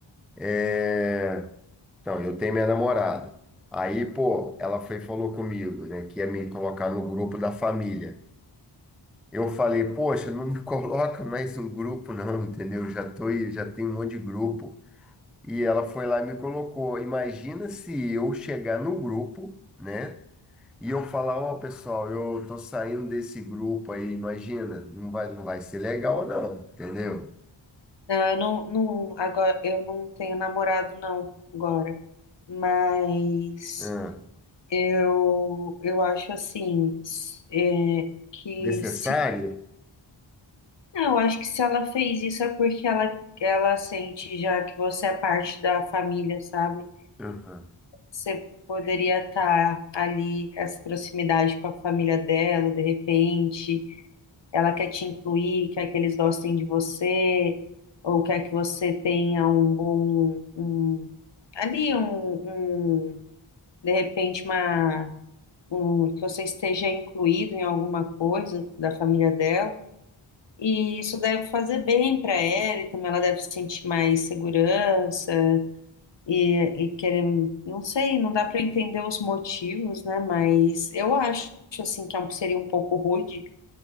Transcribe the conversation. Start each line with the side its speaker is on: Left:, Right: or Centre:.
Centre: É... Então, eu tenho minha namorada. Aí, pô, ela foi e falou comigo, né, que ia me colocar no grupo da família. Eu falei, poxa, não me <laughs> coloca mais no grupo, não, entendeu? Já tô, aí, já tenho um monte de grupo. E ela foi lá e me colocou. Imagina se eu chegar no grupo, né? E eu falar, ó, pessoal, eu tô saindo desse grupo aí, imagina, não vai, não vai ser legal, não, entendeu?
Left: não, eu não, não, agora, eu não tenho namorado, não, agora. Mas
Centre: Ah,
Left: eu, eu acho assim, é, que
Centre: necessário?
Left: se Não, Eu acho que se ela fez isso é porque ela, ela sente já que você é parte da família, sabe?
Centre: Aham.
Left: Você poderia estar ali, essa proximidade com a família dela, de repente. Ela quer te incluir, quer que eles gostem de você, ou quer que você tenha um bom, um, ali, um, um, de repente, uma, um, que você esteja incluído em alguma coisa da família dela. E isso deve fazer bem para ela, e também ela deve sentir mais segurança e, e querer, não sei, não dá para entender os motivos, né? Mas eu acho assim que é um- seria um pouco rude.